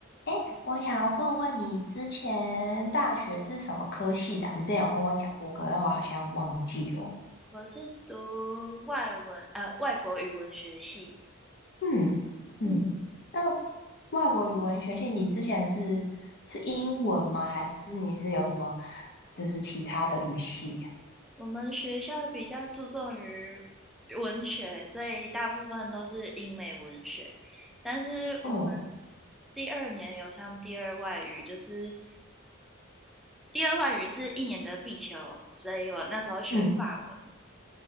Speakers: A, on the left; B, in the centre.
A: 哎，我想要问问你，之前大学是什么科系的啊你之前有跟我讲过，可是我好像忘记了。
B: 我是读外文，呃，外国语文学系。
A: 嗯嗯，
B: 嗯，
A: 那外国语文学系，你之前是是英文吗？还是你是有什么就是其他的语系呀
B: 我们学校比较注重于文学，所以大部分都是英美文学。但是我们
A: 嗯
B: 第二年有上第二外语，就是第二外语是一年的必修，所以我那时候选法文。
A: 嗯